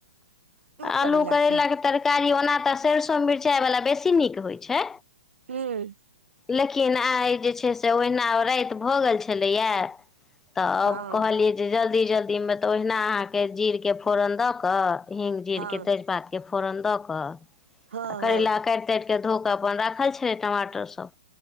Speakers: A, in the centre; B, on the right.
A: आलू
B: करैला
A: करैलाके
B: के
A: तर -कारी ओना तऽ सैरसो-मिरचाइ बला बेसी नीक होइत छै!
B: हूँ
A: लेकिन आइ जे छै से ओहिना राति भऽ गेल छलैए तऽ
B: हँ
A: आब कहलियै जे जल्दी-जल्दीमे तऽ ओहिना अहाँके जीरके फोड़न दऽ कऽ हिंग-जीरके
B: हँ
A: तेजपातके
B: हँ
A: फोरन दऽ कऽ
B: हँ
A: आ करैला काटि-ताटि धो कऽ राखल छलै अपन टमाटर सभ,